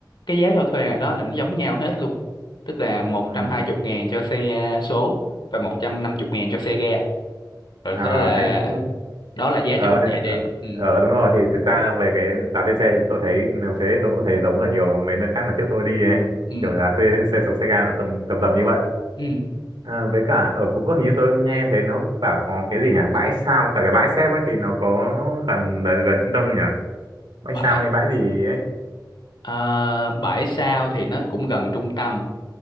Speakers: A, on the left; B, on the right.
A: cái giá cho thuê ngoài đó là nó giống nhau hết luôn tức là một
B: ừ.
A: trăm hai chục ngàn cho xe số và một trăm năm chục ngàn cho xe ga rồi
B: à,
A: đó là
B: thế cũng
A: đó là giá
B: ờ
A: cho một
B: thế-
A: ngày đêm
B: ờ,
A: ừ
B: ờ, đúng rồi thì thực ra về cái giá thuê xe thì tôi thấy nếu thế thì tôi cũng thấy giống ở nhiều mấy nơi khác mà trước tôi đi ấy
A: ừ
B: kiểu giá thuê xe số xe ga nó tầm tầm tầm như vậy
A: ừ
B: Ờ, với cả ở Phú Quốc hình như tôi nghe thấy nó bảo có cái gì nhỉ bãi sao cả cái bãi xếp ấy thì nó có gần gần trung tâm nhỉ bãi
A: vậy
B: sao hay bãi gì ấy
A: Ờ, bãi Sao thì nó cũng gần trung tâm